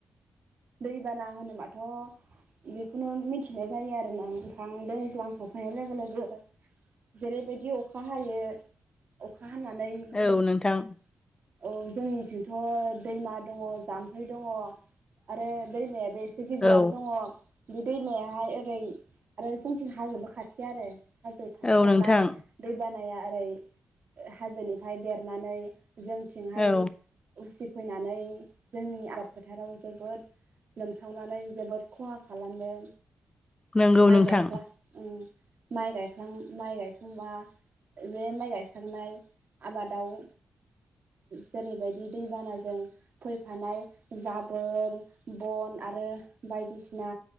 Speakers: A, on the right; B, on the left.
A: दैबाना होनोबाथ' बेखौनो मिथिनाय जायो आरोना नोंथां दैज्लां सफैनाय लोगो लोगो। जेरैबायदि अखा हायो अखा हानानै बिदिनो
B: औ नोंथां
A: औ जोंनिथिंथ' दैमा दङ जाम्फै दङ। आरो दैमायाबो एसे गिदिरानो
B: औ
A: दङ। बे दैमायाहाय ओरै आरो जोंथिं हाजोबो खाथि आरो हाजो खाथि
B: औ
A: नालाय
B: नोंथां
A: दैबानाया ओरै हाजोनिफ्राय देरनानै जोंथिंहाय
B: औ
A: उसिफैनानै जोंनि आबाद फोथाराव जोबोद लोमसावनानै जोबोद खहा खालामदों।
B: नंगौ
A: माइ
B: नोंथां
A: गायख्ला ओ माइ गायखां माइ गायखांबा बे माइ गायखांनाय आबादाव जेरैबायदि दैबानाजों फैफानाय जाब बोर बन आरो बायदिसिना।